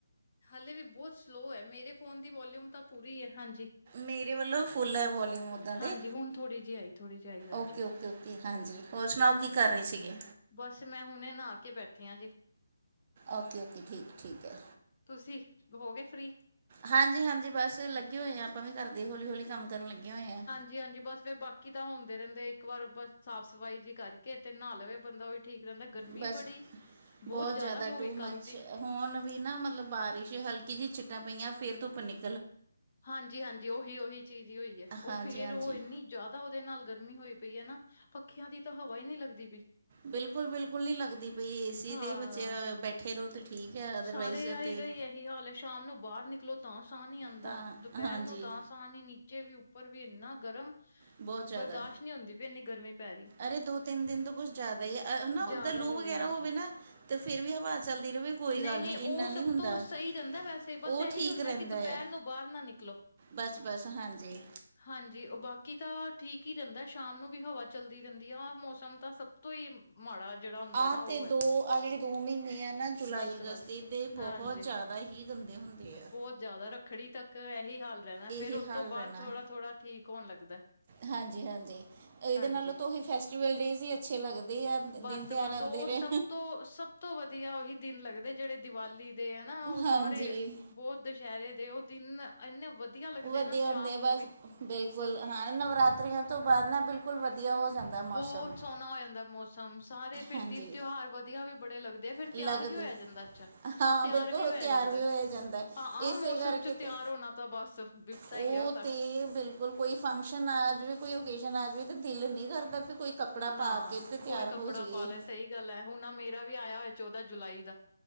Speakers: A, on the left; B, on the right.
A: ਹਾਲੇ ਵੀ ਬਹੁਤ ਸਲੋਅ ਏ, ਮੇਰੇ ਫੋਨ ਦੀ ਵੌਲਿਊਮ ਤਾਂ ਪੂਰੀ ਏ, ਹਾਂਜੀ।
B: ਮੇਰੇ ਵੱਲੋਂ ਫੁੱਲ ਐ, ਵੌਲੀਅਮ ਓਦਾਂ ਤੇ,
A: ਹਾਂਜੀ ਹੁਣ ਥੋੜ੍ਹੀ ਜਿਹੀ ਆਈ ਥੋੜ੍ਹੀ ਜਿਹੀ ਆਈ ਹਾਂਜੀ
B: ਓਕੇ, ਓਕੇ, ਓਕੇ, ਹਾਂਜੀ ਹੋਰ ਸੁਣਾਓ, ਕੀ ਕਰ ਰਹੇ ਸੀਗੇ?
A: ਬਸ 'ਮੈਂ ਹੁਣੇ ਨਹਾਕੇ ਬੈਠੀ ਆਂ ਜੀ।
B: ਓਕੇ-ਓਕੇ, ਠੀਕ- ਠੀਕ ਐ।
A: ਤੁਸੀਂ ਹੋ ਗਏ, ਫ੍ਰੀ?
B: ਹਾਂਜੀ-ਹਾਂਜੀ ਬਸ ਲੱਗੇ ਹੋਏ ਆਂ, ਆਪਾਂ ਵੀ ਘਰਦੇ ਹੌਲੀ-ਹੌਲੀ ਕੰਮ ਕਰਨ ਲੱਗੇ ਹੋਏ ਆ।
A: ਹਾਂਜੀ-ਹਾਂਜੀ, ਬਸ ਫੇਰ ਬਾਕੀ ਤਾਂ ਹੁੰਦੇ ਰਹਿੰਦੇ, ਇੱਕ ਵਾਰ ਬਸ ਸਾਫ਼-ਸਫ਼ਾਈ ਜੀ ਕਰਕੇ, ਤੇ ਨਹਾ ਲਵੇ ਬੰਦਾ ਓਹੀ ਠੀਕ ਰਹਿੰਦਾ। ਗਰਮੀ
B: ਬਸ
A: ਬੜੀ! ਬਹੁਤ ਜਿਆਦਾ
B: ਜ਼ਿਆਦਾ
A: ਹੋ
B: ਟੂ
A: ਗਈ
B: ਮੱਚ
A: ਕੱਲ ਦੀ।
B: ਹੁਣ ਵੀ ਨਾ ਮਤਲਬ, ਬਾਰਿਸ਼ ਹਲਕੀ ਜਿਹੀ ਛਿੱਟਾਂ ਪਈਆਂ, ਫੇਰ ਧੁੱਪ ਨਿਕ
A: ਹਾਂਜੀ-ਹਾਂਜੀ, ਉਹੀ-ਉਹੀ ਚੀਜ਼ ਹੀ ਹੋਈ ਏ, ਉਹ
B: ਹਾਂਜੀ
A: ਫੇਰ
B: ਹਾਂਜੀ
A: ਉਹ ਇੰਨੀ ਜ਼ਿਆਦਾ ਉਹਦੇ ਨਾਲ ਗਰਮੀ ਹੋਈ ਪਈਏ ਨਾ, ਪੱਖਿਆਂ ਦੀ ਤਾਂ ਹਵਾ ਹੀ ਨੀ ਲੱਗਦੀ ਪਈ।
B: ਬਿਲਕੁਲ-ਬਿਲਕੁਲ ਨਹੀਂ ਲੱਗਦੀ ਪਈ ਏਸੀ
A: ਹਾਂ।
B: ਦੇ ਬੱਚੇ ਬੈਠੇ ਰਹੋ ਤਾਂ ਠੀਕ ਐ, ਅਦਰਵਾਈਜ਼
A: ਸਾਰੇ ਆਈ
B: ਤੇ
A: ਦਾ ਹੀ ਇਹੀ ਹਾਲ ਹੈ ਸ਼ਾਮ ਨੂੰ ਬਾਹਰ ਨਿਕਲੋ ਤਾਂ ਸਾਹ ਨੀ ਆਉਂਦਾ,
B: ਤਾਂ
A: ਦੁਪਹਿਰ
B: ਹਾਂਜੀ
A: ਨੂੰ ਤਾਂ ਪਾਣੀ ਨੀਚੇ ਵੀ ਉੱਪਰ ਵੀ ਇੰਨਾ ਗਰਮ,
B: ਬਹੁਤ ਜ਼ਿਆਦਾ
A: ਬਰਦਾਸ਼ਤ ਨਹੀਂ ਹੁੰਦੀ ਪਈ ਇੰਨੀ ਗਰਮੀ ਪੈ ਰਹੀ।
B: ਅਰੇ ਦੋ ਤਿੰਨ ਦਿਨ ਤੋਂ ਕੁਛ ਜ਼ਿਆਦਾ ਹੀ ਆ ਨਾ, ਉੱਧਰ
A: ਜ਼ਿਆਦਾ
B: ਲੂ
A: ਹੋ
B: ਵਗੈਰਾ
A: ਗਈ ਹਾਂਜੀ।
B: ਹੋਵੇ ਨਾ ਤੇ ਫੇਰ ਵੀ ਹਵਾ ਚੱਲਦੀ ਰਹੇ ਕੋਈ
A: ਨਹੀਂ-ਨਹੀਂ
B: ਗੱਲ ਨਹੀਂ
A: ਉਹ
B: ਇੰਨਾ
A: ਸਭ
B: ਨਹੀਂ ਹੁੰਦਾ
A: ਤੋਂ ਸਹੀ ਰਹਿੰਦਾ ਵੈਸੇ,
B: ਉਹ
A: ਬਸ ਐਹੀ
B: ਠੀਕ
A: ਹੁੰਦਾ
B: ਰਹਿੰਦਾ
A: ਕਿ, ਦੁਪਹਿਰ
B: ਆ
A: ਨੂੰ ਬਾਹਰ ਨਾ ਨਿਕਲੋ।
B: ਬਸ- ਬਸ ਹਾਂਜੀ।
A: ਹਾਂਜੀ ਉਹ ਬਾਕੀ ਤਾਂ ਠੀਕ ਹੀ ਰਹਿੰਦਾ, ਸ਼ਾਮ ਨੂੰ ਵੀ ਹਵਾ ਚੱਲਦੀ ਰਹਿੰਦੀ ਆ। ਮੌਸਮ ਤਾਂ ਸਭ ਤੋਂ ਹੀ ਮਾੜਾ ਜਿਹੜਾ ਹੁੰਦਾ
B: ਆਹ
A: ਨਾ ਉਹ
B: ਤੇ
A: ਹੈ।
B: ਦੋ ਆਹ ਜਿਹੜੇ ਦੋ ਮਹੀਨੇ ਆ ਨਾ ਜੁਲਾਈ
A: ਬਸ-ਬਸ
B: ਅਗਸਤ ਦੇ ਬਹੁਤ
A: ਹਾਂਜੀ
B: ਜ਼ਿਆਦਾ ਹੀ ਗੰਦੇ ਹੁੰਦੇ ਆ।
A: ਬਹੁਤ ਜ਼ਿਆਦਾ ਰੱਖੜੀ ਤੱਕ ਇਹੀ ਹਾਲ ਰਹਿਣਾ,
B: ਇਹੀ
A: ਫੇਰ ਉਹਤ
B: ਹਾਲ
A: ਤੋਂ ਬਾਅਦ
B: ਰਹਿਣਾ
A: ਥੋੜਾ- ਥੋੜਾ ਠੀਕ ਹੋਣ ਲੱਗਦਾ,
B: ਹਾਂਜੀ- ਹਾਂਜੀ, ਇਹਦੇ
A: ਹਾਂਜੀ
B: ਨਾਲੋਂ ਤੁ ਹੀ ਫੈਸਟੀਵਲ ਡੇਜ਼ ਹੀ ਅੱਛੇ ਲੱਗਦੇ ਆ ਦਿਨ
A: ਬਸ-ਬਸ
B: ਤਿਉਹਾਰ ਆਉਂਦੇ
A: ਉਹ
B: ਰਹੇ।
A: ਸਭ ਤੋਂ ਸਭ ਤੋਂ ਵਧੀਆ ਉਹੀ ਦਿਨ ਲੱਗਦਾ, ਜਿਹੜੇ ਦੀਵਾਲੀ ਦੇ ਹਨਾ ਉਹ
B: ਹਾਂਜੀ
A: ਸਾਰੇ ਬਹੁਤ ਦੁਸ਼ਹਿਰੇ ਤੇ ਉਹ ਦਿਨ ਇੰਨੇ ਵਧੀਆ। ਲੱਗਦੇ
B: ਵਧੀਆ
A: ਨਾ ਸ਼ਾਮ
B: ਹੁੰਦੇ ਬਸ
A: ਨੂੰ ਵੀ
B: ਬਿਲਕੁਲ ਹਾਂ ਨਵਰਾਤਿਆਂ ਤੋਂ ਬਾਅਦ ਨਾ ਬਿਲਕੁਲ, ਵਧੀਆ ਹੋ ਜਾਂਦਾ ਮੌਸਮ
A: ਬਹੁਤ ਸੋਹਣਾ ਹੋ, ਜਾਂਦਾ ਮੌਸਮ, ਸਾਰੇ ਫਿਰ
B: ਹਾਂਜੀ
A: ਦਿਨ ਤਿਉਹਾਰ ਵ, ਵਧੀਆ ਵੀ ਬੜੇ ਲੱਗਦੇ ਫਿਰ
B: ਲੱਗਦੇ
A: ਤਿਆਰ ਵੀ ਹੋਇਆ। ਜਾਂਦਾ ਅੱਛਾ,
B: ਹਾਂ
A: ਤਿਆਰ
B: ਬਿਲਕੁਲ
A: ਵੀ ਹੋਇਆ
B: ਤਿਆਰ
A: ਜਾਂਦਾ
B: ਵੀ ਹੋਇਆ ਜਾਂਦਾ
A: ਹਾਂ, ਆਹ
B: ਇਸੇ
A: ਮੌਸਮ
B: ਕਰਕੇ
A: ਚ
B: ਤੇ
A: ਤਿਆਰ ਹੋਣਾ। ਤਾਂ ਬੱਸ ਬਿਪਤਾ
B: ਉਹ
A: ਹੀ ਹੋ ਤਾਂ
B: ਤੇ ਬਿਲਕੁਲ ਕੋਈ ਫੰਕਸ਼ਨ ਆ ਜਿਵੇ ਕੋਈ ਓਕੇਜਨ ਆ ਜਾਵੇ ਤਾਂ ਦਿਲ ਨਹੀ ਕਰਦਾ ਵੀ ਕੋਈ ਕੱਪੜਾ
A: ਨਾ,
B: ਪਾ ਕੇ ਤੇ
A: ਕੋਈ
B: ਤਿਆਰ
A: ਕੱਪੜਾ
B: ਹੋ ਜਾਈਏ
A: ਪਾ ਲੈ, ਸਹੀ ਗੱਲ ਹੈ ਹੁਣ ਮੇਰਾ ਵੀ ਆਇਆ ਹੋਇਆ ਚੌਦਾਂ ਜੁਲਾਈ ਦਾ,